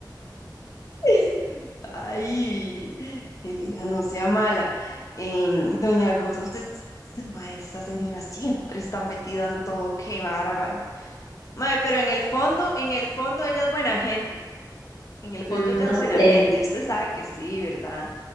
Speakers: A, on the left; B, on the left.
A: <laughs> Ay, Elena, no sea mala. Em, Doña Rosa, usted, s- s- esa señora siempre está metida en todo, qué bárbara. Mae, pero en el fondo, en el fondo ella es buena gente.
B: <laughs>
A: En el fondo
B: mm,
A: ella
B: más
A: es buena
B: o menos.
A: gente. Usted sabe que sí, ¿verdad?